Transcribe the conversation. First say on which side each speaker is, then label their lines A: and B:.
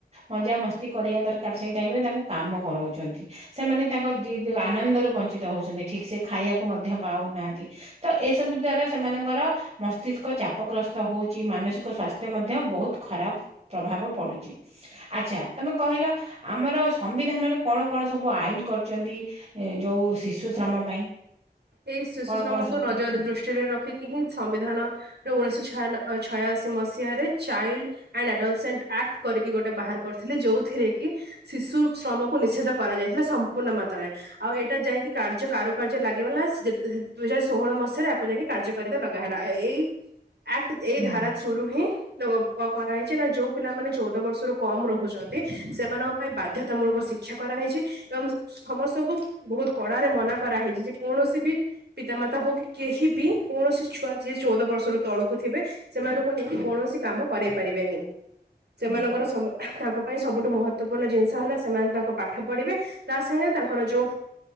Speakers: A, on the right; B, on the right.
A: ମଜା ମସ୍ତି କରିବା ଦରକାର ସେଇ। ତା କାମ କରାଉଛନ୍ତି ସେମାନେ ତାଙ୍କ ଆନନ୍ଦୁ ବଞ୍ଚିତ ହଉଛନ୍ତି ଠିକ୍ ସେ ଖାଇବାକୁ। ମଧ୍ୟ ପାଉନାହାନ୍ତି ତ ଏସବୁ ଦ୍ଵାରା ସେମାନଙ୍କର ମସ୍ତିଷ୍କ ଚାପ ଗ୍ରସ୍ତ ହଉଛି ମାନ ସସ୍ଥ୍ୟ ମଧ୍ୟ ବହୁତ ଖରାପ ପ୍ରଭାବ ପଡୁଛି ଆ୍ଛା ତମେ କହିଲ। ଆମର ସମ୍ବିଧାନରେ କଣ କଣ ସବୁ ଆଇନ କରିଛନ୍ତି ଯେଉଁ ଶିଶୁ ଶ୍ରମ ପାଇଁ।
B: ଏଇ ଶିଶୁ
A: କଣ
B: ଶ୍ରମକୁ
A: କଣ ସବୁ
B: ନଜର
A: କରୁଛନ୍ତି?
B: ଦୃଷ୍ଟିରେ ରଖିକି ହିଁ ସମ୍ବିଧାନ। ଉଣେଇଶଛ ଛାୟାନ-ଛୟାଅଶୀ ମସିହାରେ ଚାଇଲ୍ଡ ଆଣ୍ଡ ଆଡଲସେଣ୍ଟ ଆକ୍ଟ କରିକି ଗୋଟେ ବାହାର କରିଥିଲେ। ଯୋଉଥିରେ କି ଶିଶୁ ଶ୍ରମକୁ ନିଷେଧ କରାଯାଇଥିଲା ସମ୍ପୂର୍ଣ୍ଣ ମାତ୍ରାରେ ଆଉ ଏଇଟା ଯାଇକି କାର୍ଯ୍ୟ କାରୁକାର୍ଯ୍ୟ ଲାଗ ଲାଗିଗଲା ଦୁଇ ହଜାର ଷୋହଳ ମସିହରେ ଆକୁ ଯାଇକି କାର୍ଯ୍ୟକାରିତା ଲଗା ହେଲା ଏଇ ଆକ୍ଟ ଏଇ
A: ହୁଁ
B: ଧାରା
A: ହୁଁ
B: ଥ୍ରୋ ହିଁ <unintelligible> କରା -କରାହେଇଛି ନା ଯୋଉ ପିଲାମାନୋନେ ଚଉଦ ବର୍ଷରୁ କମ ରହୁଛନ୍ତି ସେମାନଙ୍କ ପାଇଁ ବାଧ୍ୟତାମୂଳକ ଶି ଶିକ୍ଷା କରାହେଇଛି ଏବଂ ସମସ୍ତଙ୍କୁ ବହୁତ କଡାରେ ମନା କରାହେଇଛି ଯେ କୌଣସି ବି ପିତାମାତା ହଉ କି କେହି ବି କୌଣସି ଛୁଆ ଯିଏ ଚଉଦ ବର୍ଷରୁ ତଳୁକୁ ଥିବେ। ସେମାନଙ୍କୁ ନେଇକି କୌଣସି କାମ କରଇ ପାରିବେନି ସେମାନଙ୍କର
A: ହୁଁ।
B: ସମ ତାଙ୍କ ପାଇଁ ସବୁଠୁ ମହ ଗୁରୁତ୍ୱପୂର୍ଣ୍ଣ ଜିନିଷ ହେଲା ସେମାନେ ତାଙ୍କ ପାଠ ପଢିବେ ତା ସାଙ୍ଗରେ ତାଙ୍କର ଯୋଉ